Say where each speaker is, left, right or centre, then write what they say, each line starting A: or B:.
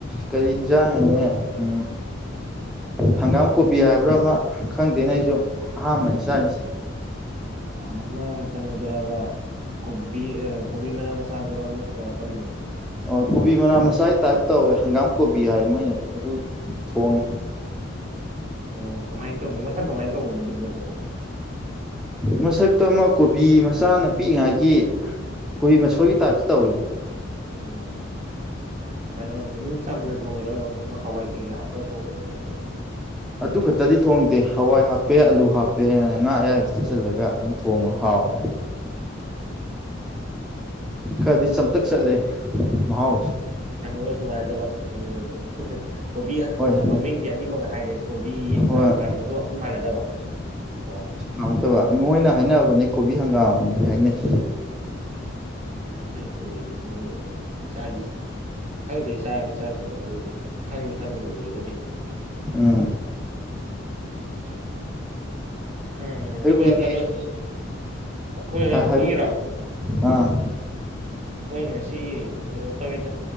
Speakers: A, in the centre; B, on the right.
A: ꯀꯔꯤ ꯌꯦꯟꯁꯥꯡ ꯑꯦꯌꯦ ꯎ ꯍꯪꯒꯥꯝ ꯀꯣꯕꯤ ꯍꯥꯏꯕ꯭ꯔꯥ ꯑꯃ ꯈꯪꯗꯦꯅꯦ ꯑꯩꯁꯨ ꯑꯍꯥꯟꯕꯅꯤ ꯆꯥꯏꯔꯤꯁꯦ
B: ꯑꯃ ꯀꯩꯅꯣꯗꯨꯔꯕ ꯀꯣꯕꯤ ꯑ ꯀꯣꯕꯤ ꯃꯅꯥ ꯃꯆꯥꯗꯨꯔ ꯅꯠꯇ꯭ꯔꯒ ꯀꯝꯕꯅꯣ
A: ꯑꯣ ꯀꯣꯕꯤ ꯃꯅꯥ ꯃꯆꯥꯒꯤ ꯇꯥꯏꯞ ꯇꯧꯋꯦ ꯍꯪꯒꯥꯝ ꯀꯣꯕꯤ ꯍꯥꯏ ꯃꯣꯏꯅꯗꯤ ꯑꯗꯨ ꯊꯣꯡꯉꯦ
B: ꯑꯣ ꯀꯃꯥꯏꯅ ꯇꯧꯒꯦ ꯃꯁꯛ ꯀꯃꯥꯏꯅ ꯇꯧꯕꯅꯣ ꯑꯗꯨꯢ ꯄꯣꯠꯇꯨꯕꯣ
A: ꯃꯁꯛꯇꯣ ꯑꯃ ꯀꯣꯕꯤ ꯃꯆꯥꯅ ꯄꯤꯛꯏꯉꯥꯏꯒꯤ ꯀꯨꯕꯤ ꯃꯁꯣꯏꯒꯤ ꯇꯥꯏꯞꯇ ꯇꯧꯏ
B: ꯎꯝ ꯀꯩꯅꯣ ꯑꯗꯨꯝ ꯆꯝꯅ ꯊꯣꯡꯉꯤꯔꯣ ꯍꯋꯥꯏ ꯀꯩꯀꯩ ꯍꯥꯄꯒ ꯊꯣꯡꯉꯤꯔꯥ ꯀꯃꯥꯏꯅ ꯇꯧꯒꯦ
A: ꯑꯗꯨ ꯈꯛꯇꯗꯤ ꯊꯣꯡꯗꯦ ꯍꯋꯥꯏ ꯍꯥꯞꯄꯦ ꯑꯂꯨ ꯍꯥꯞꯄꯦ ꯉꯥ ꯑꯌꯥꯏꯕ ꯊꯥꯛꯆꯤꯜꯂꯒ ꯑꯗꯨꯝ ꯊꯣꯡꯉ ꯍꯥꯎꯋꯦ ꯈꯔꯗꯤ
B: ꯑꯣ
A: ꯆꯝꯊꯛ ꯆꯠꯂꯦ ꯃꯍꯥꯎ
B: ꯎꯝ ꯀꯩꯅꯣꯒ ꯁꯨꯃꯥꯟꯅꯗꯕ ꯎꯝ ꯀꯣꯕꯤ ꯑ
A: ꯍꯣꯏ
B: ꯑ ꯃꯃꯤꯡꯗꯤ ꯑꯅꯤꯃꯛ ꯍꯥꯏꯔꯦ ꯀꯣꯕꯤ
A: ꯍꯣꯏ
B: ꯍꯪꯒꯥꯝ ꯑꯗꯣ ꯑꯝ ꯃꯥꯟꯅꯗꯕ ꯑꯣ
A: ꯌꯥꯝꯇꯕ ꯃꯣꯏꯅ ꯍꯥꯏꯅꯕꯅꯦ ꯀꯣꯕꯤ ꯍꯪꯒꯥꯝꯅꯗꯤ ꯍꯥꯏꯅꯩ
B: ꯃꯁꯛ ꯎꯔꯗꯤ ꯈꯉꯝꯕꯁꯨ ꯌꯥꯏ ꯆꯥꯗꯤ ꯈꯪꯗꯦ ꯆꯥꯔꯕ ꯆꯥꯗ꯭ꯔꯤꯕ ꯑꯗꯨ ꯈꯪꯅꯤ ꯈꯪꯉꯅꯤ ꯎꯔꯒꯗꯤ
A: ꯎꯝ
B: ꯍꯝ
A: ꯑꯌꯨꯛꯀꯤꯗꯤ
B: ꯑꯗꯨꯒ ꯀꯩꯅꯣ ꯑꯩꯈꯣꯏ ꯑꯩ
A: ꯍꯥꯏ
B: ꯑꯩꯈꯣꯏꯒꯤꯔꯣ
A: ꯍꯥꯏꯕꯤ ꯑꯥ
B: ꯑꯩꯈꯣꯏ ꯉꯁꯤ ꯀꯩꯅꯣ ꯇꯧꯏꯗ